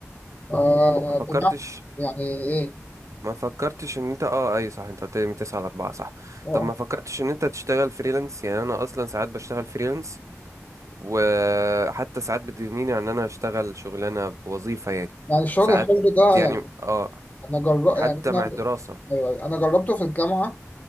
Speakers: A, on the left; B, on the right.
A: آه
B: ما فكرتش
A: بمعنى يعني إيه؟
B: ما فكرتش ان انت اه اي صح انت قلت لي من 9 ل 4 صح
A: آه.
B: طب ما فكرتش ان انت تشتغل فريلانس يعني انا اصلا ساعات بشتغل فريلانس وحتى ساعات بتغنيني عن ان انا اشتغل شغلانه بوظيفه يعني
A: يعني الشغل
B: ساعات
A: الحر ده
B: يعني
A: يعني
B: اه
A: انا جر...
B: حتى
A: يعني انا
B: مع الدراسه
A: أيوة، انا جربته في الجامعه